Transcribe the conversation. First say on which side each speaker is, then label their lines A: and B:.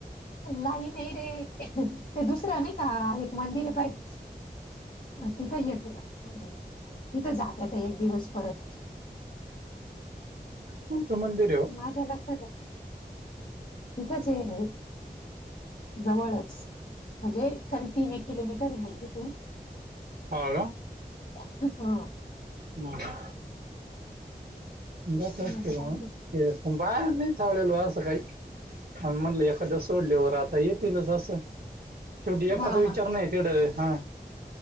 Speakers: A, on the left; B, on the right.
A: लाईना रे ते दुसरं नाही का एक मंदिर आहे पाय अ तिथं येतो तिथं जाता एक दिवस परत?
B: कोणत मंदीर ये ओ?
A: माझ्या लक्षात आहे. इथेच ये जवळच. म्हणजे चल तीन, एक किलोमीटर म्हणे तिथून.
B: हो का?
A: हम्म.
B: हम्म. नसल
A: आता
B: ते
A: काय
B: हो
A: माहित.
B: पण बाया नाही चावळले व असं काही? आणि म्हणले एकादस सोडल्यावर आता येतीलच असं शेवटी
A: हा
B: एकाचा
A: हा
B: विचार नाही तेढ हां